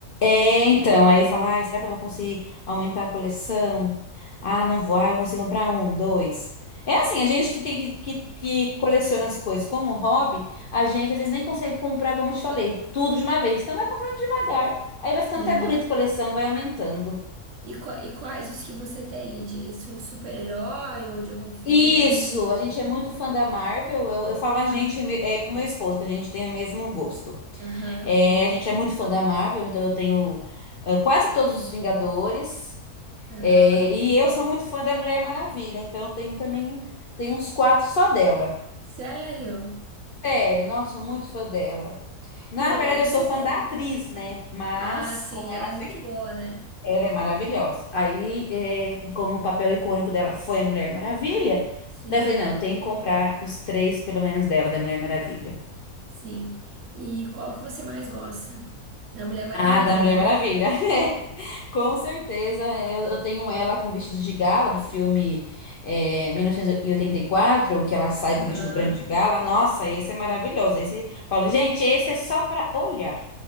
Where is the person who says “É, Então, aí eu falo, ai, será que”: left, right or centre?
Left